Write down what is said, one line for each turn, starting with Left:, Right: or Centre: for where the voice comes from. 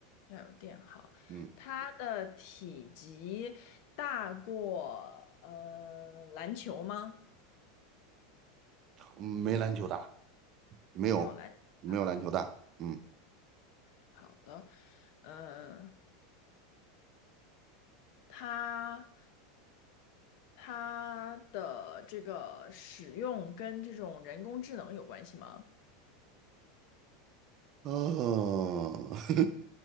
Left: 要有电好，
Right: 嗯，
Left: 它的体积大过呃篮球吗？
Right: 没篮球大，没有，
Left: 没有篮啊。
Right: 没有篮球大。嗯，
Left: 好的，嗯、它它的这个使用跟这种人工智能有关系吗？
Right: 哦，<laughs>